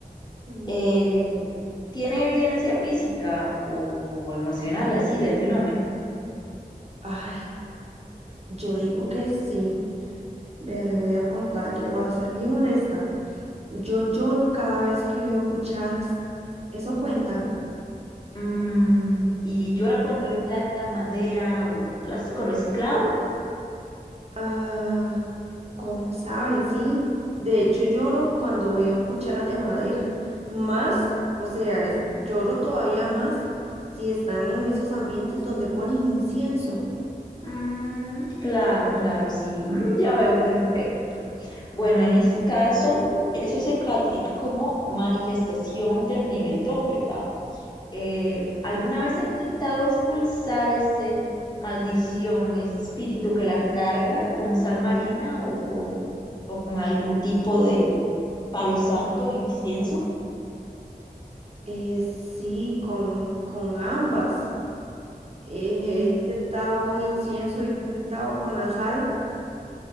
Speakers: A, on the right; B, on the left.
A: Mm,
B: Eh, ¿tiene evidencia física o emocional así del fenómeno?
A: Ay, yo digo que sí. Vea, le voy a contar, le voy a ser bien honesta. Yo lloro cada vez que veo cucharas. ¿Eso cuenta?
B: Mm, ¿y llora cuando ve plata, madera o plástico reciclado?
A: Ah, ¿cómo sabe? Sí. De hecho, lloro cuando veo cucharas de madera. Más, o sea, es- lloro todavía más si están en esos ambientes donde ponen incienso.
B: Mm, claro, claro, sí, Mm, ya veo perfecto. Bueno, en este caso, eso se califica como manifestación del nivel 2, ¿verdad? Eh, ¿alguna
A: Ah.
B: vez ha intentado expulsar ese maldición, ese espíritu que la carga con sal marina o, o- o con algún tipo de palo santo o incienso?
A: Eh, sí, con, con ambas. Eh,
B: Mm,
A: he intentado con incienso, he intentado con la sal.